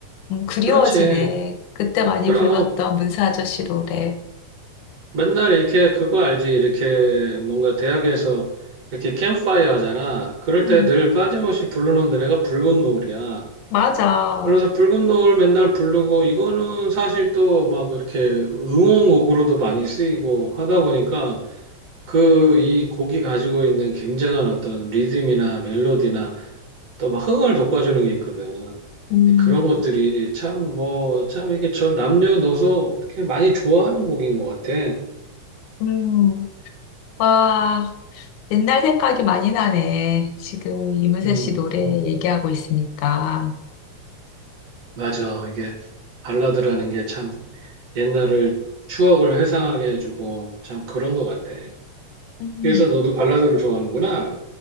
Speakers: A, on the left; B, on the right.
A: 음, 그리워지네.
B: 그렇지.
A: 그때 많이
B: 그럼
A: 불렀던 문세 아저씨 노래.
B: 맨날 이렇게 그거 알지? 이렇게 뭔가 대학에서 이렇게 캠프파이어 하잖아. 그럴
A: 음,
B: 때 늘 빠짐없이 부르는 노래가 붉은 노을이야.
A: 맞아.
B: 그래서 붉은 노을 맨날 부르고 이거는 사실 또 막 이렇게 응원곡으로도 많이 쓰이고 하다 보니까 그 이 곡이 가지고 있는 굉장한 어떤 리듬이나 멜로디나 또 막 흥을 돋궈주는 게 있거든.
A: 음,
B: 근데 그런 것들이 참 뭐, 참 이게 저 남녀노소 이렇게 많이 좋아하는 곡인 것 같아.
A: 음, 와, 옛날 생각이 많이 나네. 지금 이문세
B: 음,
A: 씨 노래
B: 음.
A: 얘기하고 있으니까.
B: 맞아. 이게 발라드라는 게 참 옛날을 추억을 회상하게 해주고 참 그런 것 같아.
A: 음.
B: 그래서 너도 발라드를 좋아하는구나.